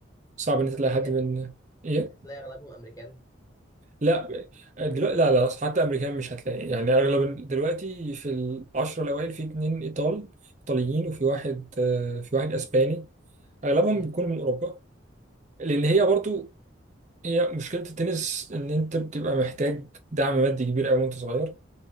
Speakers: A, on the right; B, on the left.
A: صعب ان انت
B: امريكان
A: تلاقي حد من ايه
B: هتلاقي اغلبهم امريكان
A: لا دلوقتي لا لا حتى امريكان مش هتلاقي يعني اغلب ال- دلوقتي في العشرة الاوائل في اتنين ايطال ايطاليين وفي واحد آه، في واحد اسباني اغلبهم
B: امم
A: بيكونوا من اوروبا لان
B: امم
A: هي برضو هي مشكله التنس ان انت بتبقى محتاج دعم مادي كبير قوي وانت صغير